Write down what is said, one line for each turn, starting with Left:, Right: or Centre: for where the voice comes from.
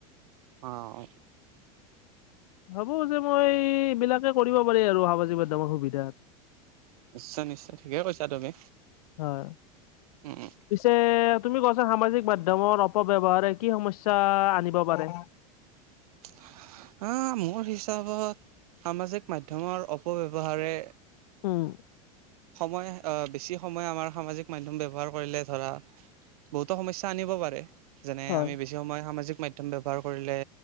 Right: অ, অ।
Left: হ'ব যে, মই এইবলাকে কৰিব পাৰি আৰু সামাজিক মাধ্যমৰ সুবিধাত।
Right: নিশ্চয়, নিশ্চয়, ঠিকে কৈছা তুমি।
Left: হয়।
Right: উম,
Left: পিছে তুমি কৈছা সামাজিক মাধ্যমৰ অপ অপব্যৱহাৰে কি সমস্যা আনিব পাৰে?
Right: <inaudible> হ, মোৰ হিচাপত সামাজিক মাধ্যমৰ অপব্যৱহাৰে
Left: উম।
Right: সময় আহ, বেছি সময় আমাৰ সামাজিক মাধ্যম ব্যৱহাৰ কৰিলে ধৰা বহুতো সমস্যা আনিব পাৰে, যেনে
Left: হয়,
Right: আমি বেছি বেছি সময় সামাজিক মাধ্যম ব্যৱহাৰ কৰিলে